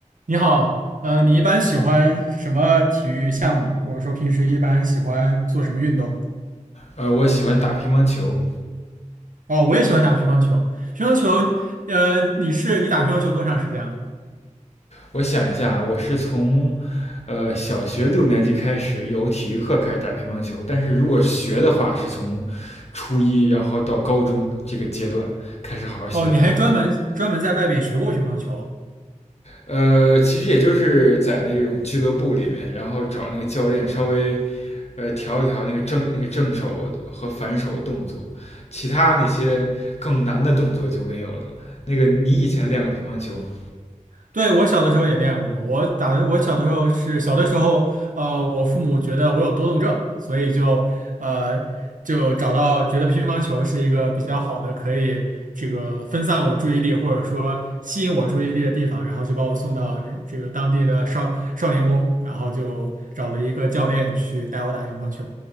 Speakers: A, on the right; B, on the left.
A: 你好，呃，你一般喜欢什么体育项目，或者说平时一般喜欢做什么运动？
B: 呃，我喜欢打乒乓球。
A: 哦，我也喜欢打乒乓球。乒乓球，呃，你是你打乒乓球多长时间了？
B: 我想一下啊，我是从呃小学六年级开始有体育课开始打乒乓球，但是如果学的话，是从初一然后到高中这个阶段开始好好学的。
A: 哦，你还专门专门在外边学过乒乓球。
B: 呃，其实也就是在那种俱乐部里面，然后找那个教练稍微呃调一调那个正那个正手和反手的动作，其他那些更难的动作就没有了。那个你以前练过乒乓球吗？
A: 对，我小的时候也练过，我打的，我小的时候是小的时候，呃，我父母觉得我有多动症，所以就呃就找到觉得乒乓球是一个比较好的可以这个分散我注意力或者说吸引我注意力的地方，然后就把我送到这个当地的少少年宫，然后就找了一个教练去带我打乒乓球。